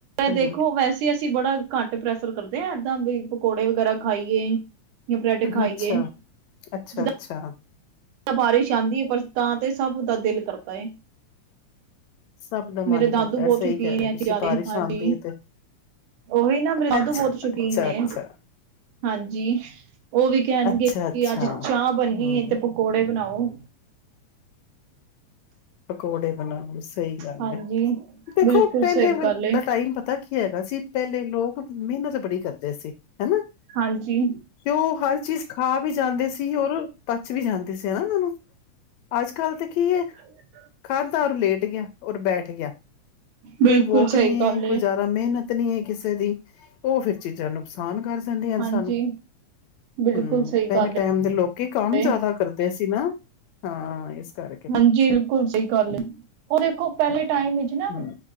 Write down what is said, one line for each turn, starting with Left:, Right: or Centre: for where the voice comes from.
Left: ਹੂੰ
Right: ਦੇਖੋ, ਵੈਸੇ ਅਸੀ ਬੜਾ ਘੱਟ ਪ੍ਰੈਫਰ ਕਰਦੇ ਆਂ, ਏਦਾਂ ਵੀ ਪਕੌੜੇ ਵਗੈਰਾ ਖਾਈਏ। ਜਾਂ ਬ੍ਰੈਡ ਖਾਈਏ
Left: ਅੱਛਾ, ਅੱਛਾ-ਅੱਛਾ।
Right: ਜਿੱਦਾਂ ਬਾਰਿਸ਼ ਆਂਦੀ ਏ ਪਰ ਤਾਂ ਤੇ ਸਭ ਦਾ ਦਿਲ ਕਰਦਾ ਏ।
Left: ਸਭ ਦਾ
Right: ਮੇਰੇ
Left: ਮਨ
Right: ਦਾਦੂ
Left: ਕਰਦਾ ਹੈ,
Right: ਬੋਤ
Left: ਸਹੀ
Right: ਸ਼ੁਕੀਨ
Left: ਕਹਿ ਰਹੇ
Right: ਏ
Left: ਹੋ
Right: ਐ
Left: ਤੁਸੀਂ
Right: ਚੀਜ਼ਾਂ
Left: ਬਾਰਿਸ਼
Right: ਦੇ, ਹਾਂਜੀ।
Left: ਆਂਦੀ ਏ ਤੇ
Right: ਓਹੀ ਨਾ ਮੇਰੇ ਦਾਦੂ
Left: ਅੱਛਾ,
Right: ਬੋਤ ਸ਼ੌਕੀਨ
Left: ਅੱਛਾ-ਅੱਛਾ,
Right: ਨੇ। ਹਾਂਜੀ, ਓ ਵੀ ਕੈਣਗੇ
Left: ਅੱਛਾ-ਅੱਛਾ।
Right: ਕਿ ਅੱਜ ਚਾਹ ਬਨੀਂਏ
Left: ਹੂੰ,
Right: ਤੇ ਪਕੌੜੇ ਬਨਾਓ।
Left: ਪਕੌੜੇ ਬਨਾ ਲੋ, ਸਹੀ ਗੱਲ
Right: ਹਾਂਜੀ
Left: ਐ ਦੇਖੋ,
Right: ਬਿਲਕੁਲ
Left: ਪੈਲੇ
Right: ਸਹੀ ਗੱਲ ਏ।
Left: ਦਾ ਟਾਈਮ ਪ ਤਾ ਕੀ ਹੈਗਾ ਸੀ ਪੈਲੇ ਲੋਕ ਮੇਨਤ ਬੜੀ ਕਰਦੇ ਸੀ, ਹਨਾ।
Right: ਹਾਂਜੀ।
Left: ਤੇ ਓ ਹਰ ਚੀਜ਼ ਖਾ ਵੀ ਜਾਂਦੇ ਸੀ ਔਰ ਪਚ ਵੀ ਜਾਂਦੇ ਸੀ ਹਨਾ, ਓਨਾਂ ਨੂੰ। ਅੱਜ ਕੱਲ ਤੇ ਕੀ ਐ
Right: <inaudible>
Left: ਖਾਦਾ ਔਰ ਲੇਟ ਗਯਾ ਔਰ ਬੈਠ ਗਯਾ, ਕੋਈ
Right: ਬਿਲਕੁਲ
Left: ਵੋਕ
Right: ਸਹੀ
Left: ਨੀਂ
Right: ਗੱਲ
Left: ਐ,
Right: ਏ
Left: ਕੋਈ ਜਾਦਾ ਮੇਨਤ ਨੀ ਐ ਕਿਸੇ ਦੀ, ਓਹ ਫੇਰ ਚੀਜਾਂ ਨੁਕਸਾਨ ਕਰ ਜਾਂਦੀਆਂਨ
Right: ਹਾਂਜੀ
Left: ਸਾਨੂੰ।
Right: ਬਿਲਕੁਲ
Left: ਹੁੰ,
Right: ਸਹੀ
Left: ਪੈਲੇ
Right: ਗੱਲ
Left: ਟੈਮ ਦੇ ਲੋਕੀ ਕੰਮ
Right: ਏ।
Left: ਜਾਦਾ ਕਰਦੇ ਸੀਨਾ ਹਾਂ, ਏਸ ਕਾ
Right: ਬਿਲਕੁਲ ਸਹੀ ਗੱਲ ਏ, ਓ ਦੇਖੋ ਪੈਲੇ ਟਾਈਮ ਚ ਨਾ
Left: ਹਮ